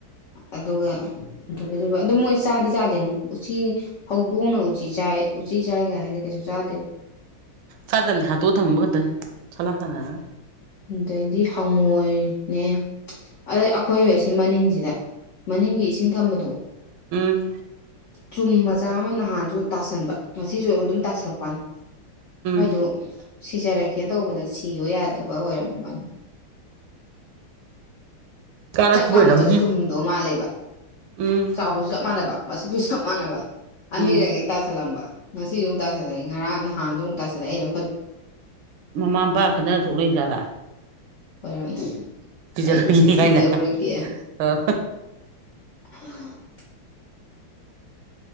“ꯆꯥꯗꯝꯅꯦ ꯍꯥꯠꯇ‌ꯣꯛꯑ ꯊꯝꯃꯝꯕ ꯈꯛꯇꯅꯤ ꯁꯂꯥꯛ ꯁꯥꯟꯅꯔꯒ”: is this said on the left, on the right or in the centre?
Right